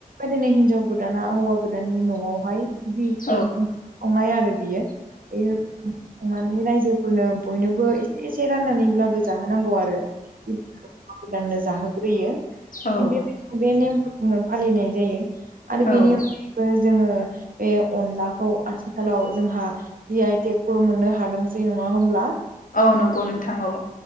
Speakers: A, on the right; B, on the left.
A: बेबादिनो हिनजाव गोदाना हौवा गोदाननि न'आवहाय बि
B: औ
A: संनाय आरो बियो बियो संनानै रायजोफोरनो बयनोबो इ एसे राननानैब्लाबो जाहोनांगौ आरो हौवा गोदाननो जाहोग्रोयो।
B: औ।
A: थिग बेबायदिनो बे नेमखौ जोङो फालिनाय जायो आरो
B: औ
A: बेनि अनगायैबो जोङो। बे अनलाखौ आथिखालाव जोंहा जि आइ टेकबो मोननो हादोंसै नङा होमब्ला?
B: औ नंगौ नोंथां औ।